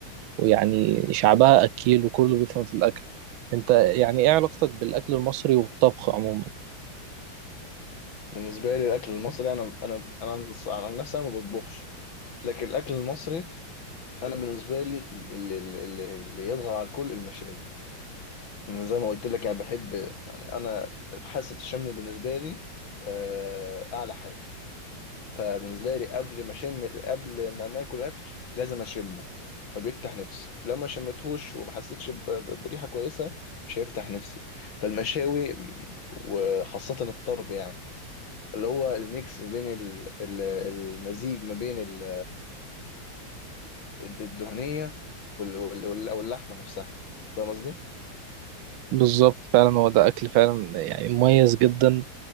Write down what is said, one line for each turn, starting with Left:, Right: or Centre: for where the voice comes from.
Right: ويعني شعبها أكيل وكله بيفهم في الأكل أنت يعني إيه علاقتك بالأكل المصري والطبخ عموما
Left: بالنسبة لي الأكل المصري أنا أنا أنا نص- أنا عن نفسي أنا ما بطبخش لكن الأكل المصري أنا بالنسبة لي ال- ال- ال- ال- اللي يطغى على الكل المشاوي أنا زي ما قلت لك أنا بحب يعني أنا حاسة الشم بالنسبة لي آه، أعلى حاجة فبالنسبة لي قبل ما أشم قبل ما ما آكل أكل لازم أشمه فبيفتح نفسي لو ما شمتهوش وما حسيتش ب- ب- بريحة كويسة مش هيفتح نفسي فالمشاوي م، وخاصة الطرب يعني اللي هو الميكس ما بين ال- ال- المزيج ما بين ال- الدهنية وال- وال- وال- أو اللحمة نفسها فاهم قصدي؟
Right: بالظبط فعلا هو ده أكل فعلا يعني مميز جدا